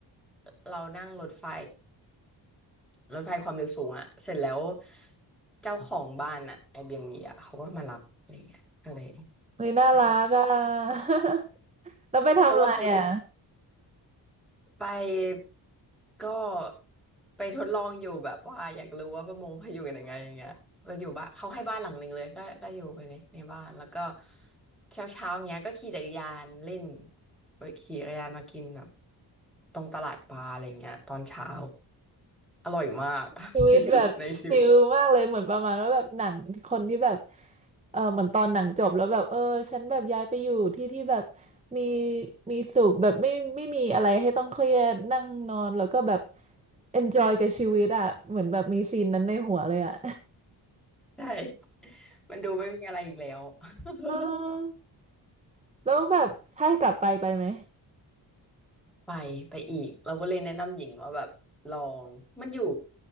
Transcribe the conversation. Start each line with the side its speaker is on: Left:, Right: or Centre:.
Centre: เรานั่งรถไฟรถไฟความเร็วสูงอ่ะเสร็จแล้วเจ้าของบ้านอ่ะ Airbnb อ่ะเขาก็มารับอะไรเงี้ยก็เลย
Right: เฮ้ยน่ารักอ่ะ
Centre: ใช่
Right: <laughs> แล้วไปทำอะไรอ่ะ
Centre: เพราะว่าเขารู้ ไปก็ไปทดลองอยู่แบบว่าอยากรู้ว่าประมงเขาอยู่กันยังไงอย่างเงี้ยมาอยู่บ้านเขาให้บ้านหลังหนึ่งเลยก็ก็อยู่ไปเลยในบ้านแล้วก็เช้าเช้าเงี้ยก็ขี่จักรยานเล่นไปขี่จักรยานมากินแบบตรงตลาดปลาอะไรเงี้ยตอนเช้าอร่อยมาก <laughs>
Right: ชีวิตแบบชิลมากเลยเหมือนประมาณว่าแบบหนังคนที่แบบ
Centre: ที่สุดในชีวิต
Right: เออเหมือนตอนหนังจบแล้วแบบเออฉันแบบย้ายไปอยู่ที่ที่แบบมีมีสุขแบบไม่ไม่มีอะไรให้ต้องเครียดนั่งนอนแล้วก็แบบ enjoy กับชีวิตอ่ะเหมือนแบบมีซีนนั้นในหัวเลยอ่ะ
Centre: ใช่มันดูไม่มีอะไรอีกแล้ว <laughs>
Right: เออ <laughs> แล้วแบบถ้าให้กลับไปไปไหม
Centre: ไปไปอีกเราก็เลยแนะนำหญิงว่าแบบลองมันอยู่